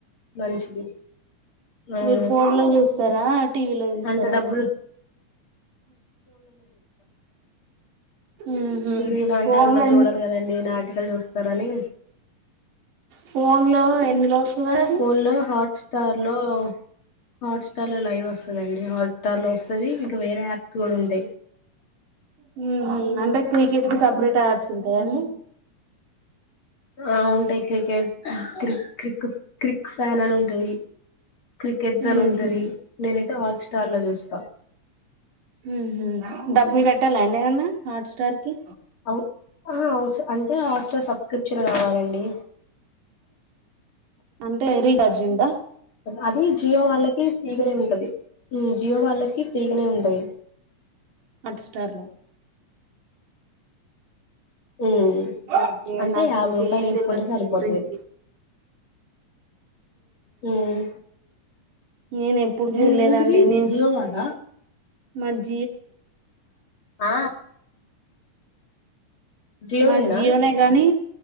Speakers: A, on the left; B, on the right.
A: మంచిది అవును
B: మీరు ఫోన్ లో చూస్తారా టీవీలో చూస్తారా
A: అంత డబ్బులు
B: ఉహు
A: టీవీ లాంటే
B: ఫోన్
A: అందరు
B: లో
A: చూడరుకదండి నాటికలు చూస్త స్తరని
B: ఫోన్లో ఎందులో వస్తది అది
A: ఫోన్ లో హాట్ స్టార్ హలో హాట్ స్టార్లో లైవ్ వస్తుందండి హాట్ టార్ లో వస్తది వేరే యాప్స్ కూడా ఉంటాయి
B: హ్మ్మ్ హ్మ్మ్ అంటె క్రికెట్ కి సపరేట్ యాప్స్ ఉంటాయాండి
A: ఆ ఉంటాయి క్రికెట్ క్రి క్రిక్ క్రిక్ ఫ్యాన్ అని ఉంటది క్రికెట్స్ అని
B: ఉహు
A: ఉంటది నేనైతే హాట్స్టార్ లో చూస్తా
B: హ్మ్మ్ హ్మ్మ్ డబ్బులు కట్టాలాండేవన హాట్ స్టార్ టి
A: అవ్ ఆ అవుస్ అంటే హస్టర్ సబ్స్క్రిప్షన్ కావాలండి
B: అంటే రీఛార్జ్ ఉందా
A: అది జియో వాళ్ళకి ఫ్రీగానే ఏ ఉంటది జియో వాళ్ళకి ఫ్రీగనే ఉన్ టయ్
B: హాట్స్టార్ లో
A: ఉమ్,
B: ఓకే
A: అంటే
B: నాకు
A: యాభై
B: ఇంకేం
A: రూపాయలు వేసుకుంటే
B: తెలవద్దని
A: సరిపోతది
B: గురించి
A: ఉమ్,
B: నేను ఎప్పుడు చూడలేదండి
A: మీ ఏంటిది
B: నే
A: జియో కాదా
B: మంచి
A: ఆ జియోనేనా
B: మా జియోనే గాని